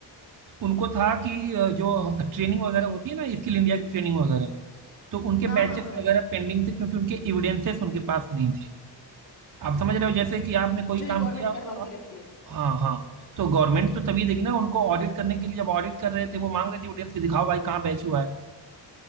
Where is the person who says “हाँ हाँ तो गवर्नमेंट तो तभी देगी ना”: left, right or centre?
Right